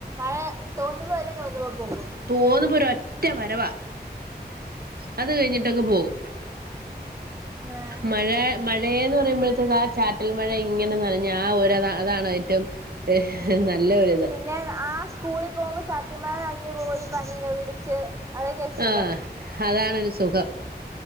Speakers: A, on the right; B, on the right.
A: ആ തോന്നുമ്പെല്ലാന്തോന്നും ഒ പോകാ
B: തോന്നുമ്പൊരൊറ്റ വരവാ അത് കഴിഞ്ഞിട്ടങ്ങ് പോകും
A: ഏഹ്
B: മഴ മഴയെന്ന് പറയുമ്പഴത്തേക്കാ ചാറ്റൽ മഴ ഇങ്ങനെന്നനഞ്ഞ് ആഹ് ഒര അതാണ് ഏറ്റം നല്ല ഒരിത്
A: ന്നെ ആഹ് സ്കൂളിൽ പോകുമ്പൊ ചാറ്റൽമഴ നറഞ്ഞ്പോയി പനിയൊക്കെ പിടിച്ച് അതൊക്കെ ഒരു സുഖം
B: ആഹ് അതാണൊരു സുഖം